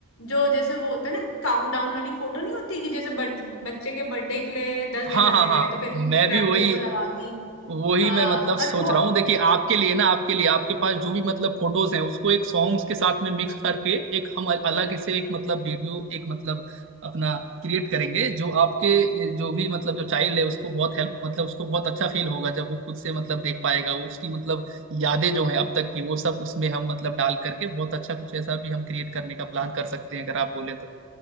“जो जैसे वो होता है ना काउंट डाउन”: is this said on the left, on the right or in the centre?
Left